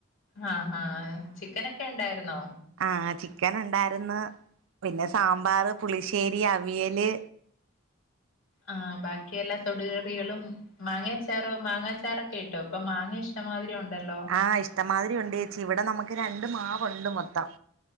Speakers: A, on the left; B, on the right.
A: ആഹ് ആഹ് ചിക്കനൊക്കെയിണ്ടായിരുന്നോ
B: ആഹ് ചിക്കന്ണ്ടായിര്ന്ന് പിന്നെ സാമ്പാർ, പുളിശ്ശേരി, അവിയല്
A: ആഹ് ബാക്കി എല്ലാ തൊടുകറികളും മാങ്ങച്ചാറും മാങ്ങാച്ചാറൊക്കെ ഇട്ടോ ഇപ്പൊ മാങ്ങ ഇഷ്ടം മാതിരി ഉണ്ടല്ലോ
B: ആഹ് ഇഷ്ടമാതിരി ഉണ്ട് യേച്ചി ഇവിടെ നമുക്ക് രണ്ട് മാവുണ്ട് മൊത്തം